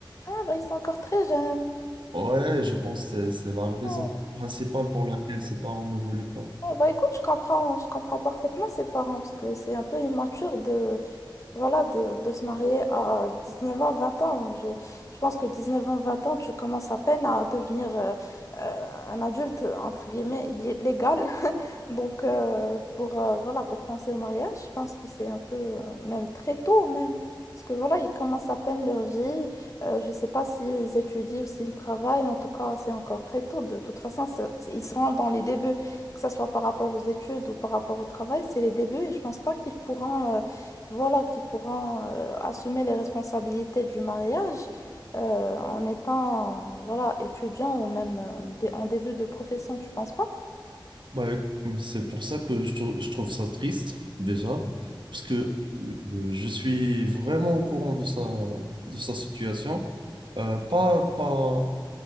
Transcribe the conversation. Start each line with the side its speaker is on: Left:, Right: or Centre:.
Left: Ah, bah, ils sont encore très jeunes.
Right: Ouais, je pense que c'est c'est la raison
Left: Ouais,
Right: principale pour laquelle ses parents ne voulaient pas.
Left: ouais, bah écoute, je comprends, je comprends parfaitement ses parents parce que c'est un peu immature de, Voilà, de, de se marier à 19 ans, 20 ans. Je, je pense que 19 ans, 20 ans, tu commences à peine à devenir euh, euh, un adulte, entre guillemets, lé- légal. <laughs> Donc, euh, pour, euh, voilà, pour penser au mariage, je pense que c'est un peu, euh, même très tôt, même. Parce que voilà, ils commencent à peine leur vie. Euh, je ne sais pas s'ils étudient ou s'ils travaillent. En tout cas, c'est encore très tôt. De toute façon, c'est- ils seront dans les débuts, que ce soit par rapport aux études ou par rapport au travail, c'est les débuts. Et je pense pas qu'ils pourront. euh, voilà, qui pourront euh, assumer les responsabilités du mariage euh, en étant euh, voilà, étudiant ou même euh, dé- en début de profession, tu penses pas?
Right: Bah, c'est pour ça que je, trou- je trouve ça triste, déjà, parce que euh, je suis vraiment au courant de sa, de sa situation. Euh, pas, pas,